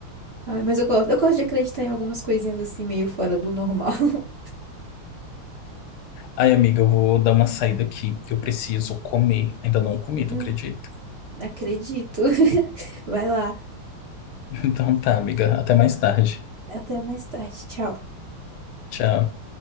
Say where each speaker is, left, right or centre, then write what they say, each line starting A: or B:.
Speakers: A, on the right; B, on the left.
A: Ai, mas eu gosto, eu gosto de acreditar em algumas coisinhas assim, meio fora do normal. <laughs>
B: Ai, amiga, eu vou dar uma saída aqui, que eu preciso comer. Ainda não comi, tu
A: Hum,
B: acredita?
A: acredito. <laughs> Vai lá.
B: <laughs> Então tá, amiga, até mais tarde.
A: Até mais tarde. Tchau.
B: Tchau.